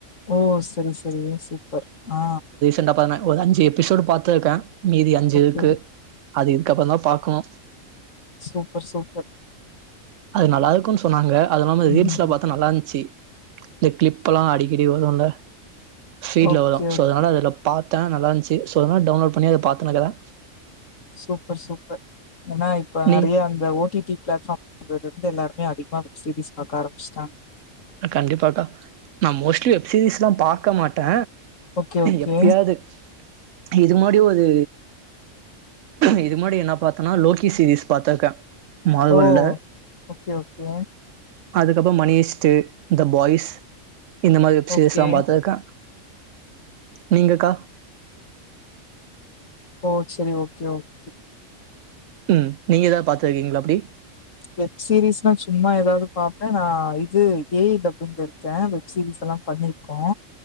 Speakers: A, on the left; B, on the right.
A: ஓ செரி செரி சூப்பர் ஆ
B: இந்தப்பான ஒரு அஞ்சு எபிசோடு பாத்துருக்க மீதி அஞ்சு
A: ஓகே
B: இருக்கு
A: ஓகே
B: அது இதுக்கப்றோதா பாக்ணு
A: சூப்பர் சூப்பர்
B: அது நல்லாருக்குன் சொன்னாங்க அது இல்லாம
A: ம்
B: ரீல்ஸ்லா பாத்த நல்லாருந்ச்சு இந் கிளிப்லா அடிக்கடி வருலா பீஃட்ல
A: ஓகே
B: வரு சோ
A: ஓகே
B: அதனால அது ப் பாத்த நல்லருந்ச்சு சோ அதனால டவுன்லோட் பண்ணி அத பாத்துனுருக்க
A: சூப்பர் சூப்பர் ஏன்னா இப்ப
B: நீ
A: நெறய அந்த ஓடிடி பிளாட்பார்ம் அதுல இருந்து எல்லாருமே அதிகமா வெப் சீரிஸ் பாக்க ஆரம்பிச்ட்ட
B: கண்டிப்பாக்கா நா மோஸ்ட்லி வெப்சீரிஸ் லா பாக்க மாட்ட
A: ஓகே ஓகே
B: எப்பயாது இது மாரி ஒரு இது முன்னாடி என்ன பாத்தனா லோக்கி சீரீஸ் பாத்தக்கா மார்வல்ல
A: ஓ ஓகே ஓகே
B: அதுக்கப்றோ மணியஷ்ட்டு இந்த பாய்ஸ் இந்த மாரி வெப்சீரிஸ்லா
A: ஓகே
B: பாத்துருக்க நீங்கக்கா
A: ஓ செரி ஓகே ஓக்
B: ம் நீங்க எதாது பாத்துருக்கீங்ளா அப்டி
A: வெப்சீரிஸ்னா சும்மா எதாது பாப்ப நா இது ஏஐ டப்பிங்ல இருக்க வெப்சீரிஸ்லா பண்ணிருக் க